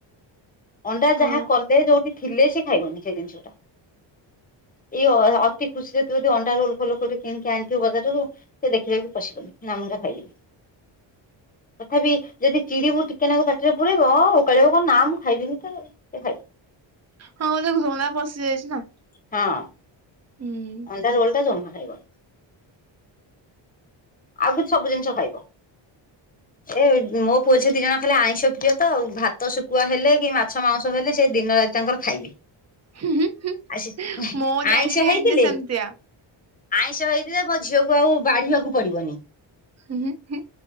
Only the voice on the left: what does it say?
ଅଣ୍ଡା ଯାହା
କଲେ, ଯୋଉଠି ଥିଲେ, ସେ ଖାଇବନି ସେ ଜିନିଷଟା। ଇଏ ଅ-ଅତି ଖୁସିରେ ଥିବ ଯଦି ଅଣ୍ଡା ରୋଲ୍ ଫୋଲ କୋଉଠି କିଣିକି ଆଣିଥିବ ବଜାରରୁୁ ସେ ଦେଖିଲେ ବି ପଶିବନି, ନା ମୁଁ ହେଇରା ଖାଇବିନି। ତଥାପି ଯଦି ଚିଡିବୁ ଟିକେନାକୁ ପାଟିରେ ପୂରେଇବ, ଓକାଳିବ କହିବ ନା ମୁଁ ଖାଇବିନି ତ ଆଉ ଖାଇବ।
ହଁ।
ଅଣ୍ଡା ରୋଲଟା ଜମା ଖାଇବନି। ଆଉ କିଛି ସବୁ ଜିନିଷ ଖାଇବ। ଏ ମୋ ପୁଅ ଝିଅ ଦିଜଣ ଖାଲି ଆଇଁଷ ପ୍ରିୟ ତ ଆଉ। ଭାତ ଶୁଖୁଆ ହେଲେ, କି ମାଛ ମାଉଂସ ହେଲେ, ସେ ଦିନ ରାତି ତାଙ୍କର ଖାଇବେ।
ଆଉ ସେ
ଆଇଁଷ
ହେଇଥିଲେ
ଆଇଁଷ ହେଇଥିଲେ ମୋ ଝିଅକୁ ଆଉ ବାଢ଼ିବାକୁ ପଡ଼ିବନି।